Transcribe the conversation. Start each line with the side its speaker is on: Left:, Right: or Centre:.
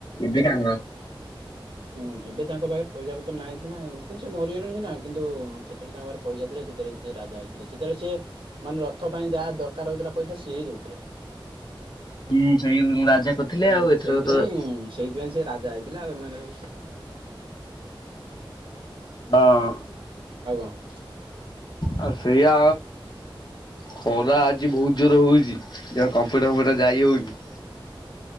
Left: ବି। <inaudible>
Right: ହୁଁ ଏବେ ତାଙ୍କ ପାଖରେ ପଇସା ପତ୍ର ନାହିଁ ସିନା କିନ୍ତୁ ସେ ମରିଗଲେଣି ସିନା କିନ୍ତୁ ସେତେବେଳେ ତାଙ୍କ ପାଖରେ ପଇସା ଥିଲା ସେ ସେ ସେ ରାଜା ହେଇଥିଲେ ସେତେବେଳେ ସିଏ ମାନେ ରଥ ପାଇଁ ଯାହା ଦରକାର ହଉଥିଲା ପଇସା ସିଏ ହିଁ ଦେଉଥିଲେ।
Left: ହୁଁ ସେଇଆଙ୍କୁ ରାଜା କରିଥିଲେ
Right: ହୁଁ
Left: ଆଉ ଏଥରକ
Right: ସେଇଥିପାଇଁ
Left: ତ
Right: ସେଇଥିପାଇଁ ସେ ରାଜା ହେଇଥିଲେ ଆଉ ଏମାନେ ସବୁ
Left: ହଁ
Right: ଆଉ କଣ
Left: ଆଉ ସେଇଆ ଖରା ଆଜି ବହୁତ ଜୋରରେ ହଉଛି ତେଣୁ କମ୍ପ୍ୟୁଟର ଫମ୍ପୁଟର ଯାଇ ହଉନି। <inaudible>